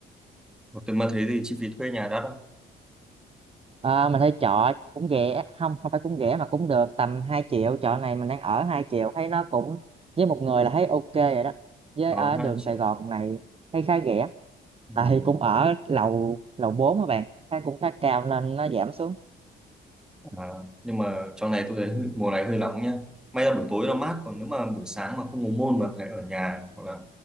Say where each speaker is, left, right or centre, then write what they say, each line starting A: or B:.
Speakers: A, in the centre; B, on the right (about 30°).
A: Ủa, Thế mà thế thì chi phí thuê nhà đắt không?
B: à, mình thấy trọ cũng rẻ không không phải cũng rẻ mà cũng được tầm hai triệu trọ này mình đang ở 2 triệu thấy nó cũng với một người là thấy ok rồi đó với
A: Nó
B: ở
A: 2
B: đường Sài
A: triệu.
B: Gòn này thấy khá rẻ
A: Ừ.
B: Đây cũng ở lầu lầu 4 các bạn thấy cũng khá cao nên nó giảm xuống
A: À, nhưng mà trong này tôi thấy hơi- mùa này hơi nóng nha. May là buổi tối nó mát, còn nếu mà buổi sáng mà không có môn mà phải ở nhà hoặc là